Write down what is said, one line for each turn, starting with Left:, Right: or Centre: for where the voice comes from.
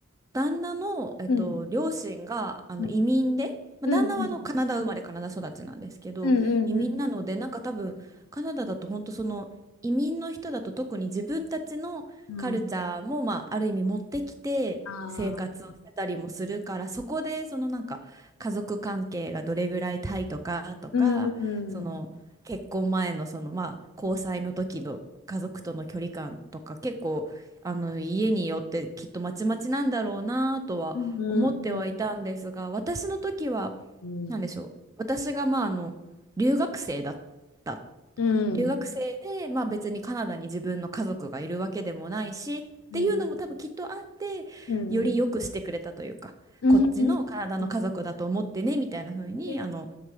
Right: 旦那の、えっと、
Left: うん。
Right: 両親があの移民で、
Left: うん
Right: まあ、
Left: うんうん。
Right: 旦那はあのカナダ生まれカナダ育ちなんですけど移民なのでなんか多分カナダだと本当その移民の人だと特に自分たちのカルチャーも、
Left: うんうんうん。
Right: まあ、ある意味持ってきて生活をしてたりもするからそこでそのなんか家族関係がどれぐらいタイとかとかその結婚前のそのまあ交際の時の家族との距離感とか結構あの家によってきっとまちまちなんだろうなとは思ってはいたんですが私の時は
Left: ああ。うん。うんうんうん。うん
Right: 何でしょう私がまああの留学生だった
Left: うん
Right: 留学生で、まあ、別にカナダに自分の家族がいるわけでもないしっていうのも多分きっとあってより良くしてくれたというかこっちのカナダの家族だと思ってねみたいな風にあの
Left: うんうんうんうんうんうんへえ